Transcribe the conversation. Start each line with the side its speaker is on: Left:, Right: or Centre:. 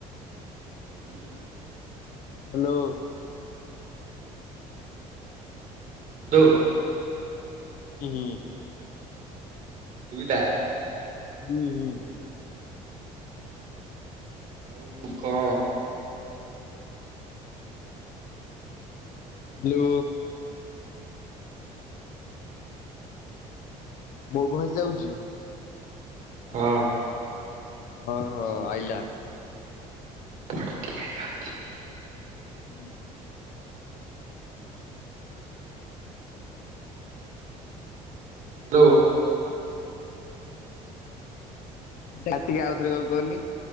Right: ହୁଁ।
Left: ହ୍ୟାଲୋ।
Right: ହ୍ୟାଲୋ।
Left: ଉ ହୁଁ।
Right: ସୁବିଲା?
Left: ହୁଁ ହୁଁ।
Right: ଆଉ କଣ?
Left: ବ୍ଲୁ। ବୋ ଭଏସ୍ ଯାଉଚି?
Right: ହଁ।
Left: ହଁ ହଁ ଆଇଲା।
Right: ପଠ୍ ଦିଆଇଅଛି।
Left: ହୁଁ।
Right: ହ୍ୟାଲୋ।
Left: ଯା ଟିକେ ଆଉଥରେ ଗ-ଗନି।